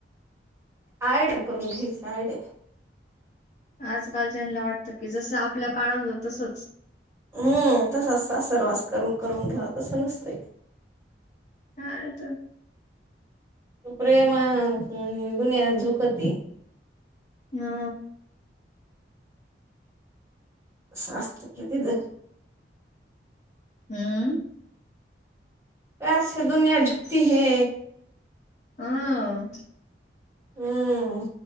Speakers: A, on the right (about 15°); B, on the left (about 40°).
A: आयडेन करून घ्यायचे. आयडे.
B: आजकालच्या ह्यानला वाटतं की, जसं आपल्या काळात हो तसंच.
A: हम्म, तसाच सासरवास करून- करून घेवा. तसं नसतय.
B: काहे तर.
A: प्रेमान, दुनिया झुकती.
B: हा.
A: कसं असत कि, तिद.
B: हम्म.
A: प्यारसे दुनिया झुकती है.
B: आं.
A: हं.